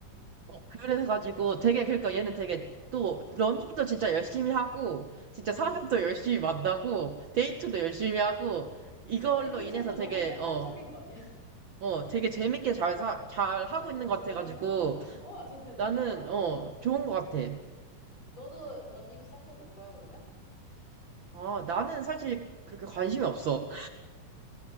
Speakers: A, on the right; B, on the left.
A: 어, 그래가지고 되게, 그러니까 얘는 되게 또 러닝도 진짜 열심히 하고, 진짜
B: 음.
A: 사람도 열심히 만나고, 데이트도 열심히 하고, 이걸로
B: 아니, 그
A: 인해서
B: 친구
A: 되게,
B: 너무 생산적인
A: 어,
B: 거 아니야?
A: 어, 되게 재밌게 잘, 사, 잘 하고
B: 아,
A: 있는 것 같아가지고,
B: 어, 진짜 대단하다.
A: 나는, 어, 좋은 것 같아.
B: 너도 러닝 시작해 볼 거야, 그러면?
A: 아, 나는 사실 그렇게 관심이 없어.